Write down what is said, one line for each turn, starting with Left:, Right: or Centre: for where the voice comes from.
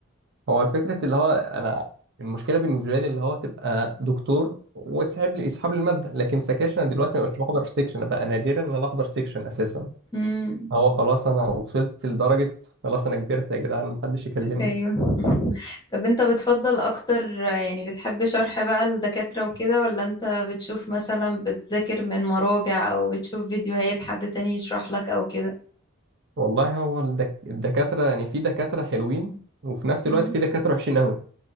Right: هو الفكرة اللي هو أنا المشكلة بالنسبة لي اللي هو تبقى دكتور وتسحب لي يسحب لي المادة لكن سكاشن أنا دلوقتي ما بقتش بحضر سيكشن أنا بقى نادرا إن أنا أحضر سيكشن أساسا
Left: اه
Right: هو خلاص أنا وصلت لدرجة خلاص أنا كبرت يا جدعان محدش يكلمني
Left: ايوه <laughs> طب انت بتفضل اكتر يعني بتحب شرح بقى الدكاترة وكده ولا انت بتشوف مثلا بتذاكر من مراجع او بتشوف فيديوهات حد تاني يشرح لك او كده
Right: والله هو الدك... الدكاترة يعني في دكاترة حلوين وفي نفس
Left: امم
Right: الوقت في دكاترة وحشين أوي